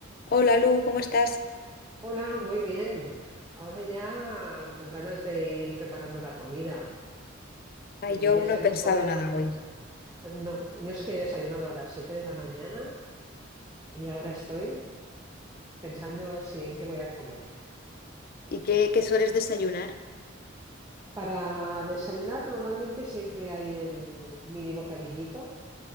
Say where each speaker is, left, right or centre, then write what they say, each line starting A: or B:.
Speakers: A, on the left; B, on the right.
A: Hola Lu, ¿cómo estás?
B: Hola, muy bien. Ahora ya con ganas de ir preparando la comida.
A: Ay,
B: Me pillas
A: yo aún no he
B: en
A: pensado
B: un momento.
A: nada hoy.
B: No, yo es que he desayunado a las 7 de la mañana y ahora estoy pensando si en qué voy a comer.
A: ¿Y qué, qué sueles desayunar?
B: Para desayunar normalmente siempre hay el mini bocadillito